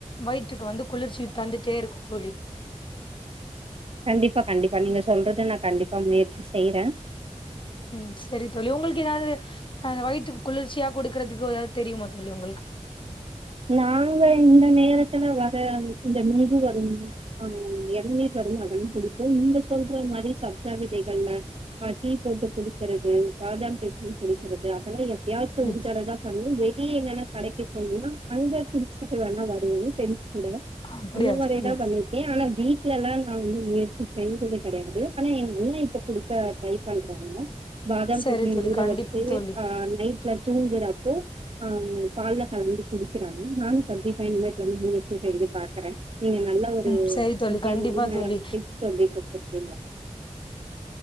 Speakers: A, on the left; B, on the right.
A: வயிற்றுக்கு வந்து குளிர்ச்சி தந்துட்டே இருக்கு தோழி
B: கண்டிப்பா கண்டிப்பா நீங்க சொல்றது நா கண்டிப்பா முயற்சி செய்யறே
A: ம் செரி தோழி உங்களுக்கு எதாவ்து அ வயிற்றுக் குளிர்ச்சியா குடுக்குறதுக்கு எதாவ்து தெரியுமா தோழி உங்கள்க்கு
B: நாங்க இந்த நேரத்துல வர இந்த நொங்கு வரு ஆ என்னி பெருமகன் குடிக்கு இந்த சொல்ற மாதிரி சப் ஜா விதைகள்ல ஆஹ டீ போட்டு குடிக்கரது பாதாம் பிசின் குிடிக்கிறது அதல்லா எப்பயாச்சு உ
A: ம்
B: தடதா பண்ணு வெளியே எங்கன்னா கடைக்கு போன்னா அங்க குிடிச்சுட்டு வேணா வரு பிரெண்ட்ஸ் கூட
A: அப்படியா
B: அந்த மாரிதா
A: தோழி
B: பண்ணிர் கே ஆனா வீட்ல எல்லா நா <unintelligible> வெச்சு செஞ்சது கெடையாது ஆனா என் <unintelligible> குடிக்க ட்ரை பண்றாங்னா பாதாம்
A: சரி
B: பிசின்
A: தோழி
B: ஊற
A: கண்டிப்பா
B: வச்சு
A: தோழி
B: ஆ நைட் ல தூங்குறப்போ ஆ பால்ல கலந்து குடிக்கிறாங்க நானு டொன்ட்டி ஃபைவ் மினிட்ஸ் ஊற வெச்சு செஞ்சு பாக்கறே நீங்க நல்ல ‌ஒரு
A: ம்
B: <unintelligible>
A: சரி தோழி கண்டிப்பா தோழி
B: டிப்ஸ் வந்து கொடுத்திருக்கீங்க